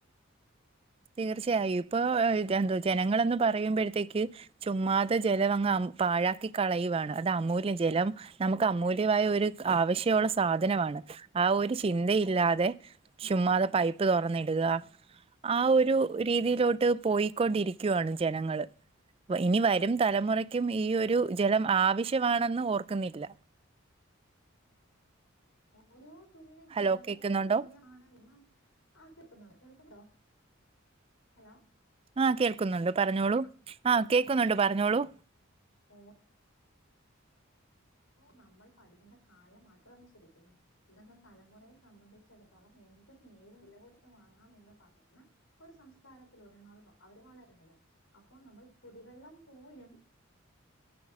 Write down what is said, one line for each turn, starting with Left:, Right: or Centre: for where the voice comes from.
Right: തീർച്ചയായും
Left: അല്ലെ
Right: ഇപ്പൊ എന്തോ ജനങ്ങളന്ന് പറയുമ്പോഴത്തേക്ക് ചുമ്മാത്ത ജല അങ്ങ് പാഴാക്കി കളയുവയാണ് അത്.. അമൂല്യ ജലം നമുക്ക് അമൂല്യമായ ഒരു ആവശ്യമുള്ള സാധനമാണ് ആ ഒരു ചിന്തയില്ല... അതെ ചുമ്മാതെ പൈപ്പ് തുറന്നിടുക... ആ ഒരു രീതിയിലോട്ട് പോയിക്കൊണ്ടിരിക്കുവാണ് ജനങ്ങള്. ഇനി വരും
Left: തീർച്ചയായും
Right: തലമുറയ്ക്കും ഈ ഒരു ജലം ആവശ്യമാണെന്ന് ഓർക്കുന്നില്ല.
Left: ഓരോ തുള്ളിലും
Right: ഹലോ
Left: ജലവും
Right: കേൾക്കുന്നുണ്ടോ
Left: അമൂല്യമാണ് ഇും ആക്കി വെക് ഹലോ...
Right: ആഹ് കേൾക്കുന്നുണ്ട് പറഞ്ഞോളൂ
Left: ആ
Right: ആഹ കേൾക്കുന്നുണ്ട് പറഞ്ഞോളൂ...
Left: ആ.... നമ്മൾ പഠിക്കേണ്ട കാലം ആക്രമിച്ചിരിക്കുന്നു ഇന്നത്തെ തലമുറയെ സംബന്ധിച്ചിടത്തോളം എ.... ഇത ഏത് വില കൊടുത്ത് വാങ്ങാമന്ന് പറയുന്ന ഒരു സംസ്കാരത്തിലൂടെ അവര് വളരുന്നത്.... അപ്പൊ നമ്മൾ കുടിവെള്ളം പോലും...